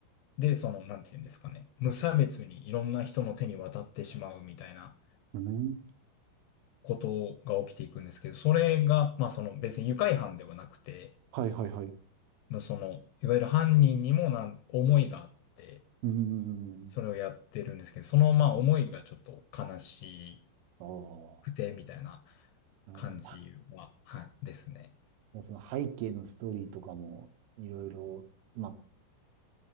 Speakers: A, on the left; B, on the right.
A: で、その、なんていうんですかね、無差別にいろんな人の手に渡ってしまうみたいな
B: うん。
A: ことが起きていくんですけど、それが、まあその別に愉快犯ではなくて、
B: はいはいはい。
A: まあその、いわゆる犯人にもなん、思いがあって、
B: うん。
A: それをやってるんですけど、そのまあ思いがちょっと悲しい。
B: ああ、
A: くて、みたいな
B: なるほ
A: 感じは、はい、ですね。
B: ど。その背景のストーリーとかも、いろいろ、まあ、